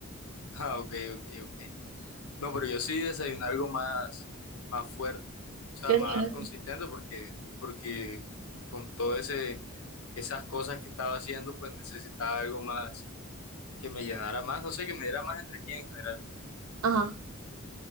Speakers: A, on the left; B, on the right.
A: Ah, ok, ok, ok. No, pero yo sí desayuno algo más, más fuerte, o sea,
B: ¿Qué
A: más
B: desayunaste?
A: consistente porque, porque con todo ese, esas cosas que estaba haciendo, pues necesitaba algo más que me llenara más, no sé, que me diera más energía en general.
B: Ajá,